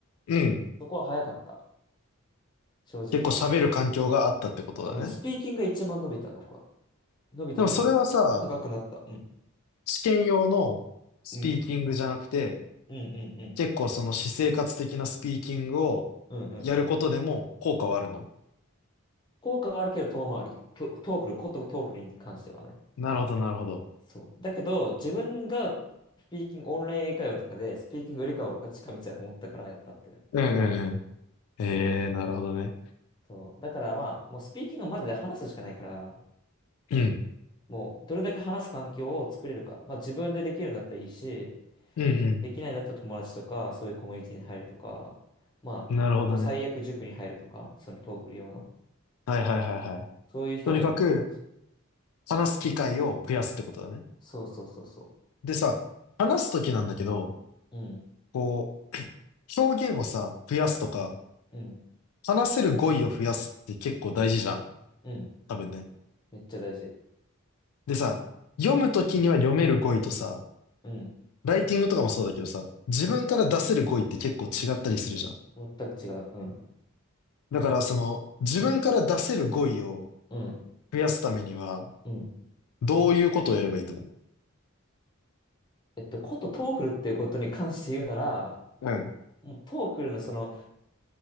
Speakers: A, on the left (about 80°); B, on the left (about 20°).
A: うん。
B: そこは早かった。正直。
A: 結構喋る環境があったってことだね。
B: うん、スピーキングが一番伸びた、僕は。伸びたっていうか、
A: でもそれはさ、
B: 高くなった。うん。
A: 試験用のスピーキングじゃなくて、
B: うん。うんうんうん。
A: 結構その私生活的なスピーキングをやることでも効果はあるの
B: うんうんうん。効果はあるけど遠回り。ト、トーフル、ことトーフルに関してはね。
A: なるほどなるほど。
B: そう。だけど、自分がスピーキング、オンライン英会話とかで、スピーキングよりかは僕は近道だと思ったからやったってだけ。
A: うんうんうん。ええー、
B: そ
A: なるほどね。
B: う。そう。だからまあ、もうスピーキングはマジで話すしかないから、
A: うん。
B: もうどれだけ話す環境を作れるか。まあ自分でできるんだったらいいし、
A: うん
B: できないんだったら友達とか、そういうコミュニティに入るとか、まあ、
A: うん。なるほどね。
B: もう最悪塾に入るとか、そのトーフル用の、
A: はいはいはいはい。
B: そういう人もいるって感じ。
A: とにかく、話す機会を増やすってことだね。
B: そうそうそうそ
A: でさ、話すときなんだけど、
B: う。うん、
A: こう、表現をさ、増やすとか、
B: うん、
A: 話せる語彙を増やすって結構大事じゃん。
B: うん。
A: 多分ね。
B: めっちゃ大事。
A: でさ、読むときには読める語彙とさ、
B: うん。
A: ライティングとかもそうだけどさ、自分から出せる語彙って結構違ったりするじゃん。
B: 全く違う。うん、
A: だからその、自分から出せる語彙を
B: うん、
A: 増やすためには、
B: うん。
A: どういうことをやればいいと思う
B: えっと、ことトーフルっていうことに関して言うなら、
A: うん。
B: もうトーフルのその、